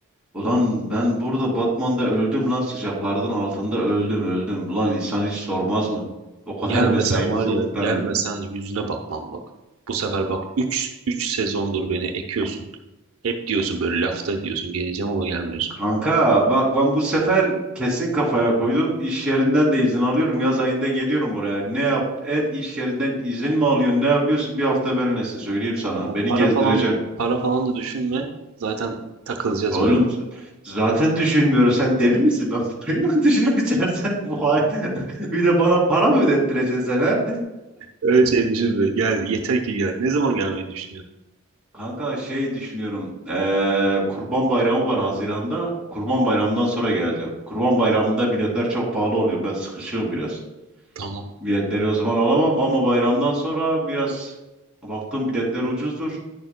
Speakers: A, in the centre; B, on the right.
A: Ulan ben burada Batman'da öldüm lan sıcaklardan altında öldüm öldüm. Ulan insan hiç sormaz mı? O kadar
B: Gelmesen
A: <laughs> mesaimiz
B: var ya
A: oldu seninle.
B: gelmesen yüzüne bakmam bak. Bu sefer bak üç üç sezondur beni ekiyorsun. Hep diyorsun böyle lafta diyorsun geleceğim ama gelmiyorsun.
A: Kanka bak ben bu sefer kesin kafaya koydum. İş yerinden de izin alıyorum. Yaz ayında geliyorum buraya. Ne yap et iş yerinden izin mi alıyorsun? Ne yapıyorsun? Bir hafta benimlesin söyleyeyim sana.
B: Ama
A: Beni
B: para
A: gezdireceksin.
B: falan para falan da düşünme. Zaten takılacağız
A: Oğlum
B: böyle.
A: z- zaten düşünmüyorum. Sen deli misin? Ben parayı mı <laughs> düşüneceğim? Sen bu hal- <laughs> bir de bana para mı ödettireceksin sen ha?
B: Öyle şey düşünme. Gel yeter ki gel. Ne zaman gelmeyi düşünüyorsun?
A: Kanka şey düşünüyorum. Eee, Kurban Bayramı var Haziran'da. Kurban Bayramı'ndan sonra geleceğim. Kurban Bayramı'nda biletler çok pahalı oluyor. Ben sıkışığım biraz.
B: Tamam.
A: Biletleri o zaman alamam ama bayramdan sonra biraz baktım biletler ucuzdur.